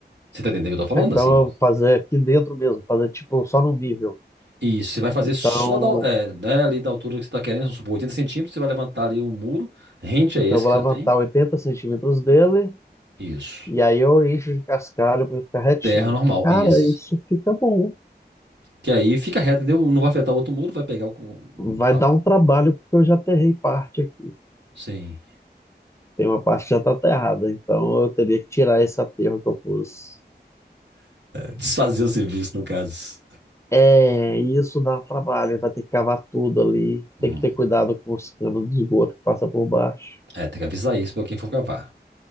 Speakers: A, on the right; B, on the left.
A: Você tá entendendo o que eu tô falando,
B: Ah, Então
A: assim?
B: eu vou fazer aqui dentro mesmo, fazer tipo só no nível.
A: E isso, você vai fazer
B: Então,
A: só da, é, né, ali da altura que você tá querendo, vamos supor, 80 centímetros, você vai levantar ali o muro, rente
B: então
A: a esse
B: eu vou
A: que
B: levantar
A: já tem.
B: 80 centímetros dele
A: Isso.
B: e aí eu encho de cascalho para ele ficar retinho.
A: Terra normal,
B: Cara,
A: isso.
B: isso fica bom.
A: Que aí fica reto, entendeu? Não vai afetar o outro muro, vai pegar o...
B: Vai
A: a-
B: dar um trabalho porque eu já aterrei parte aqui.
A: Sim.
B: Tem uma parte que já tá aterrada, então eu teria que tirar esse aterro que eu pus.
A: Desfazer o serviço, no caso.
B: É, isso dá trabalho, vai ter que cavar tudo ali. Tem
A: Hum.
B: que ter cuidado com os canos de esgoto que passa por baixo.
A: É, tem que avisar isso pra quem for cavar.